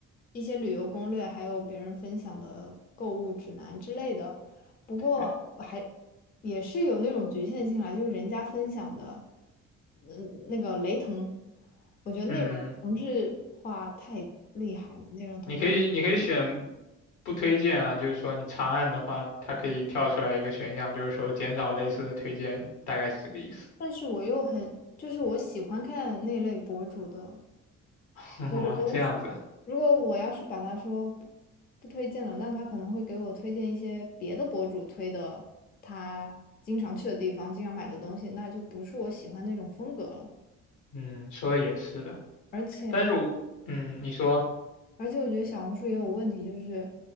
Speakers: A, on the left; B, on the left.
A: 一些旅游攻略，还有别人分享的购物指南之类的。不过还
B: <laughs> 对，
A: 也是有那种局限性啦，就是人家分享的，嗯，那个雷同，我觉得内容同质化太厉害了，
B: 嗯，
A: 内容同质化。
B: 你可以你可以选不推荐啊，就是说你长按的话，它可以跳出来一个选项，就是说减少类似的推荐，大概是这个意思。
A: 但是我又很，就是我喜欢看那类博主的
B: <laughs>
A: 推的东西。
B: 这样子，
A: 如果我要是把他说不不推荐了，那他可能会给我推荐一些别的博主推的他经常去的地方、经常买的东西，那就不是我喜欢那种风格了。
B: 嗯，说的也是，
A: 而且，
B: 但是我，嗯，你说。
A: 而且我觉得小红书也有问题，就是